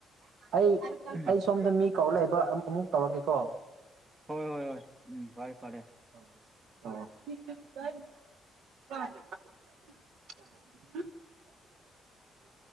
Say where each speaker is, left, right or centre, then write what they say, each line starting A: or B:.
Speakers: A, on the right; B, on the right.
A: ꯑꯩ
B: ꯍꯣꯏ
A: ꯑꯩ ꯁꯣꯝꯗ ꯃꯤ ꯀꯧꯔꯛꯏꯕ ꯑꯃꯨꯛ ꯀꯧꯔꯛꯒꯦꯀꯣ
B: ꯍꯣꯏ ꯍꯣꯏ ꯍꯣꯏ ꯎꯝ ꯐꯔꯦ ꯐꯔꯦ
A: <unintelligible>